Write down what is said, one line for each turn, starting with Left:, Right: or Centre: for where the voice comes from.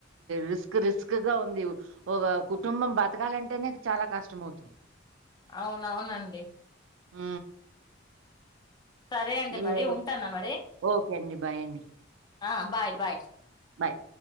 Right: రిస్క్ రిస్క్ గా ఉంది. ఒక కుటుంబం బతకాలంటేనే చాలా కష్టం అవుతొంద్
Left: అవును అవునన్
Right: ఊ
Left: సరే అండి
Right: ఏ
Left: మరి ఉంటానా మరి
Right: ఓకే అండి బాయ్ అండి
Left: ఆ బాయ్ బా
Right: బాయ్